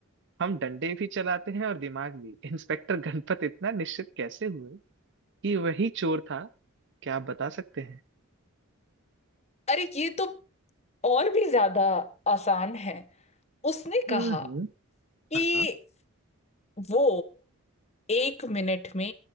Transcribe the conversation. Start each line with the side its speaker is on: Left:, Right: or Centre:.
Right: हम डंडे भी चलाते हैं और दिमाग भी इंस्पेक्टर गणपत इतना निश्चित कैसे हुए कि वही चोर था क्या आप बता सकते हैं
Left: अरे ये तो और भी ज्यादा आसान है उसने
Right: हम्म
Left: कहा कि
Right: हाँ हाँ
Left: वो एक मिनट में